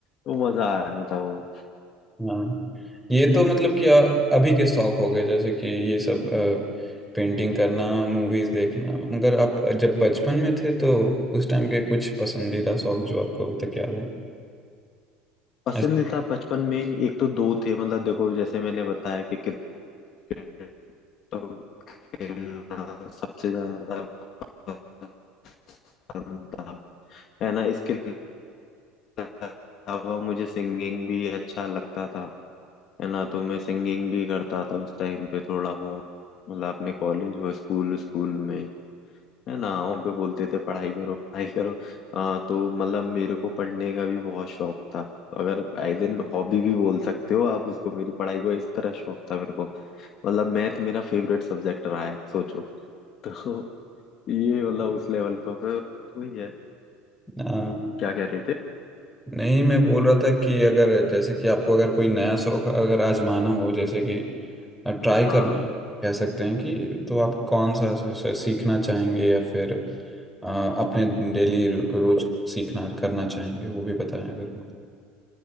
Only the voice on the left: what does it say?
तो मजा आ रहा था वो
पसंदीदा
बचपन में एक तो दो थे मतलब देखो जैसे मैंने बताया कि क्रिकेट तो खेलना सबसे ज्यादा पसंद था है ना इसके अलावा मुझे सिंगिंग भी अच्छा लगता था है ना तो मैं सिंगिंग भी करता था उस टाइम पे थोड़ा बहुत मतलब अपने कॉलेज और स्कूल स्कूल में है ना वहाँ पे बोलते थे पढ़ाई करो पढ़ाई करो अ, तो मतलब मेरे को पढ़ने का भी बहुत शौक था तो अगर आई दिन हॉबी भी बोल सकते हो आप उसको मेरी पढ़ाई को इस तरह शौक था मेरे को मतलब मैथ मेरा फेवरेट सब्जेक्ट रहा है सोचो <laughs> तो ये मतलब उस लेवल पर फिर वही है
क्या कह रहे थे
हाँ